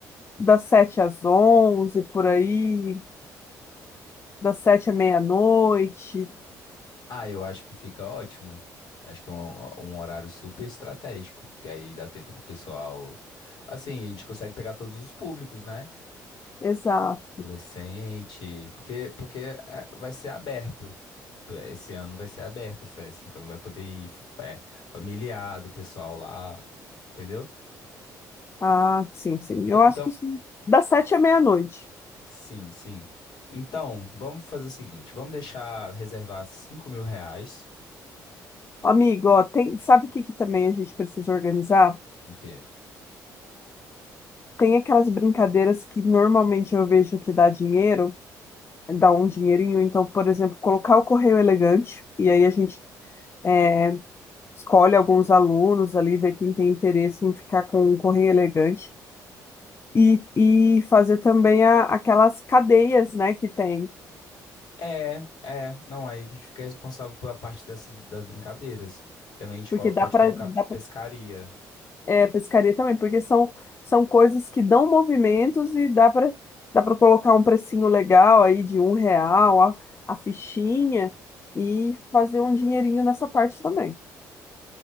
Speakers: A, on the left; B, on the left.
A: Das sete às onze, por aí, das sete à meia-noite.
B: Ah, eu acho que fica ótimo. Acho que é um, um horário super estratégico, porque aí dá tempo do pessoal. Assim, a gente consegue pegar todos os públicos, né?
A: Exato.
B: Adolescente, porque, porque é, vai ser aberto. Esse ano vai ser aberta a festa, então vai poder ir é, familiar do pessoal lá, entendeu?
A: Ah, sim, sim.
B: Então,
A: Eu acho
B: então,
A: que sim. das sete à meia-noite.
B: Sim, sim. Então, vamos fazer o seguinte: vamos deixar reservar cinco mil reais.
A: Amigo, ó, tem, sabe o que que também a gente precisa organizar?
B: O quê?
A: Tem aquelas brincadeiras que normalmente eu vejo que dá dinheiro, dá um dinheirinho. Então, por exemplo, colocar o correio elegante, e aí a gente. eh, escolhe alguns alunos ali, vê quem tem interesse em ficar com um correio elegante e, e fazer também a- aquelas cadeias, né, que tem,
B: É, é, não, aí a gente fica responsável pela parte dessas, das brincadeiras. Também a gente
A: porque
B: colo-
A: dá
B: pode
A: para
B: colocar
A: dá pra,
B: pescaria.
A: é, pescaria também, porque são, são coisas que dão movimentos e dá para dá para colocar um precinho legal aí de um real a, a fichinha e fazer um dinheirinho nessa parte também.